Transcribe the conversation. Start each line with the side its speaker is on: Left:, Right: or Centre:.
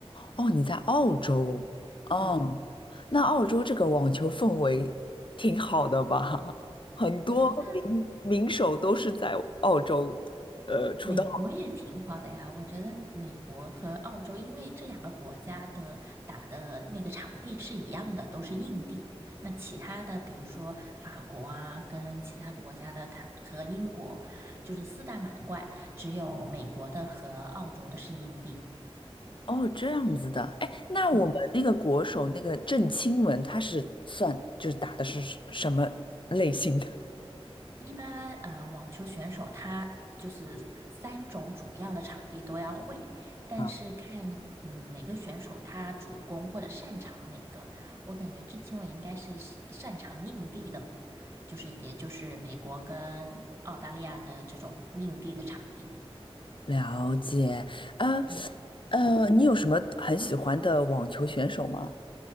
Left: 哦，你在澳洲，哦，
Right: 对，
Left: 那澳洲这个网球氛围挺好的吧？<laughs> 很多名名手都是在澳洲呃出道。
Right: 我觉得。美国也挺好的呀，我觉得美国和澳洲，因为这两个国家的打的那个场地是一样的，都是硬地。那其他的，比如说法国啊，跟其他国家的它和英国，就是四大满贯，只有美国的和澳洲的是硬地。
Left: 哦，这样子的，哎，那我们那个国手那个郑钦文，
Right: 嗯。
Left: 他是算就是打的是什什么类型的？
Right: 一般呃，网球选手他就是三种主要的场地都要会，但是看嗯每个选手他主攻或者擅长哪个，
Left: 啊
Right: 我感觉郑钦文应该是擅擅长硬地的，就是也就是美国跟澳大利亚的这种硬地的场地。
Left: <laughs>，了解，啊，
Right: 嗯
Left: 呃，你有什么很喜欢的网球选手吗？